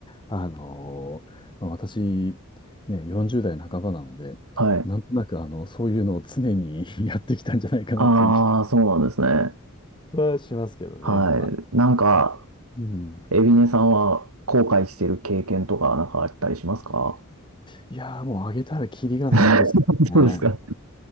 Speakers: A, on the left (about 20°); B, on the right (about 90°).
A: あのまあ私、ね、40代半ばなので、
B: はい。
A: なんとなく、あの、そういうのを常に <laughs> やってきたんじゃないかなという気が
B: ああ、そうなんですね。
A: はしますけどね。
B: はい。
A: まあ、
B: なんか、
A: がうん。
B: エビネさんは後悔してる経験とかなんかあったりしますか
A: いやー、もうあげたらキリがないんですけどね。
B: <laughs> そうですか。